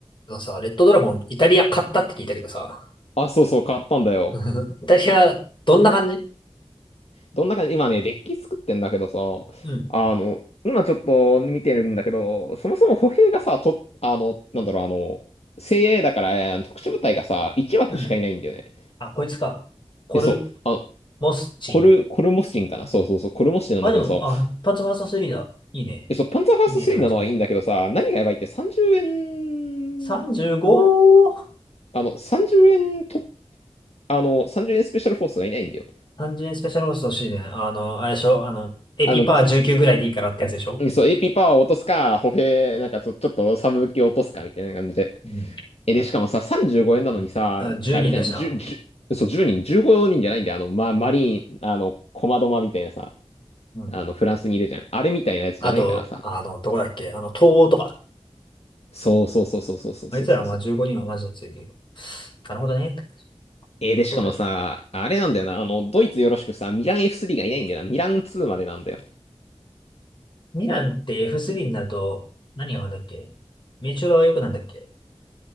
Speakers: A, on the left; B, on the left.
A: あのさ、レッドドラゴン、イタリア買ったって聞いたけどさ、
B: あ、そうそう、買ったんだよ。
A: <laughs> イタリア、どんな感じ
B: どんな感じ、今ね、デッキ作ってんだけどさ、
A: うん、
B: あの、今ちょっと見てるんだけど、そもそも歩兵がさ、と、あの、なんだろう、あの、精鋭だから、えー特殊部隊がさ、1枠しかいないんだよね。
A: うん。あ、こいつか。コル、
B: え、そう、あ、
A: モスチン。
B: コル、コルモスチンかなそうそうそう、コルモスチンなんだけどさ、
A: あ、でも、あ、パンツァーサ3だ。いいね。
B: え、そう、パンツァーファースト3なのはいいんだけどさ、
A: いいねって感じだけど。
B: 何がやばいって30円、
A: 35!
B: あの、30円と、あの、30円スペシャルフォースがいないんだよ。
A: 30円スペシャルホースト欲しいね。あの、あれでしょあの、エピパー19ぐらいでいいからってやつでしょ
B: あの、うんそう、AP パワーを落とすか、歩兵、なんかちょ、ちょっとサブ武器を落とすかみたいな感じで。
A: うん、
B: え、で、しかもさ、35円なのにさ、
A: あ、10人だしな。
B: あれじゃん、10、じゅうそう、1人、15人じゃないんだよ。あの、ま、マリーン、あの、コマドマみたいなさ、
A: うん。
B: あの、フランスにいるじゃん。あれみたいなやつじゃないからさ。
A: あと、あの、どこだっけあの、東欧とか。
B: そうそうそうそうそうそうそうそうそう。
A: あいつらはまあ15人はマジで強いけど。なるほどね。
B: えー、で、
A: そうだね。
B: しかもさ、あれなんだよな、あの、ドイツよろしくさ、ミラン F3 がいないんだよな。ミラン2までなんだよ。
A: ミランって F3 になると、何がなんだっけ名称が良くなんだっけ